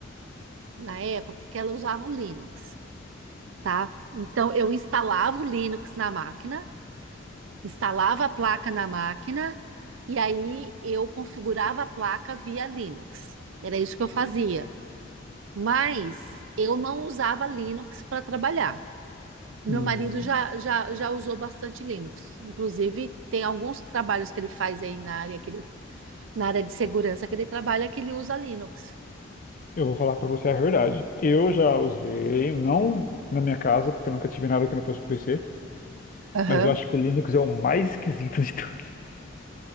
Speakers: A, on the right; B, on the left.
A: na época que ela usava o Linux, tá? Então eu instalava o Linux na máquina, instalava a placa na máquina e aí eu configurava a placa via Linux. Era isso que eu fazia. Mas eu não usava Linux para trabalhar. Meu
B: hum,
A: marido já, já, já usou bastante Linux. Inclusive, tem alguns trabalhos que ele faz aí na área, que ele- na área de segurança que ele trabalha que ele usa Linux.
B: eu vou falar para você a verdade. Eu já usei, não na minha casa, porque eu nunca tive nada que não fosse PC,
A: Aham.
B: mas eu acho que o Linux é o mais esquisito de tudo.